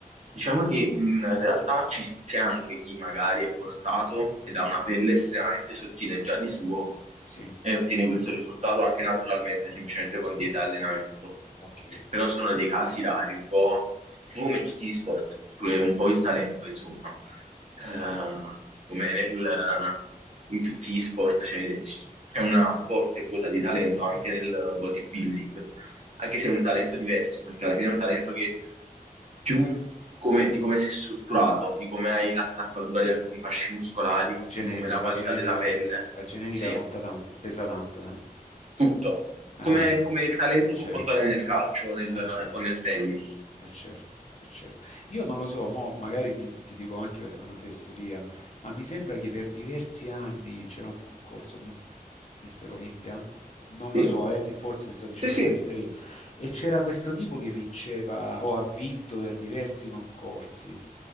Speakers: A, on the right; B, on the left.
A: diciamo che mh, in realtà ci- c'è anche chi magari è portato ed ha una pelle estremamente sottile già di suo
B: sì,
A: e ottiene questo risultato anche naturalmente, semplicemente con dieta e allenamento.
B: ok.
A: Però sono dei casi rari, un po', un po' come tutti gli sport, cioè un po' il talento, insomma. Eh, come nel- in tutti gli sport c'è c'è una forte quota di talento anche nel bodybuilding anche se è un talento diverso, perché alla fine è un talento che più come- di come sei strutturato, di come hai l'attaccatura di alcuni fasci muscolari,
B: Quindi è genetica,
A: di come è la
B: la
A: qualità
B: genetica,
A: della pelle,
B: la genetica
A: sì,
B: conta tanto, pesa tanto, eh?
A: tutto.
B: Eh,
A: Come, come il talento
B: eh certo,
A: può contare nel calcio o nel,
B: eh certo
A: o nel tennis.
B: è certo, è certo. Io non lo so, mo magari ti, ti dico anche una fesseria, ma mi sembra che per diversi anni c'era un concorso Miss- Mister Olimpia? Non
A: Sì,
B: lo so, eh, ti- forse sto dicendo
A: sì, sì,
B: fesserie. E c'era questo tipo che vinceva o ha vinto per diversi concorsi.